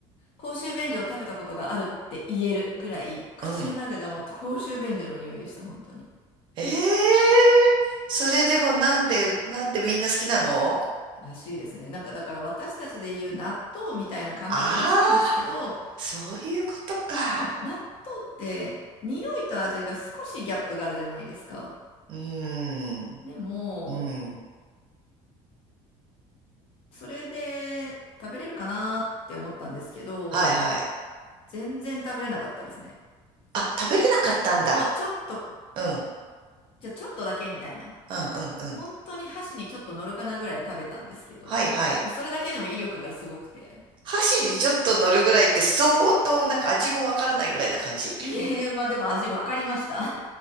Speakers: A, on the left; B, on the right.
A: 公衆便所を食べたことがあるって言えるぐらい、口の中がもう公衆便所の匂いでした、
B: うん。
A: 本当に。
B: ええそれでもなんで、なんでみんな好きなの
A: らしいですね。なんか、だから私たちで言う納豆みたいな感覚らしいんですけど、
B: ああー、そういうことか。
A: でも、納豆って、匂いと味が少しギャップがあるじゃないですか。
B: うーん、
A: でも、
B: うん。
A: それで食べれるかなって思ったんですけど、
B: はいはい。
A: 全然食べれなかったですね。
B: あ、食べれなかったんだ。
A: もうちょっと、
B: うん、
A: じゃあちょっとだけみたいな。
B: うん、うん、うん。
A: 本当に箸にちょっと乗るかなぐらい食べたんですけど、
B: はいはい。
A: もうそれだけでも威力がすごくて。
B: 箸にちょっと乗るぐらいって相当なんか味もわからないぐらいな感じ。
A: いえ、まあでも味わかりました。<laughs>